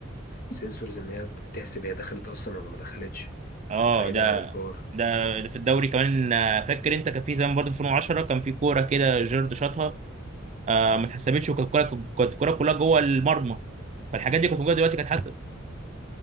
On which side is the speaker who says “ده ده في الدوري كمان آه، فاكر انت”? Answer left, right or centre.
Right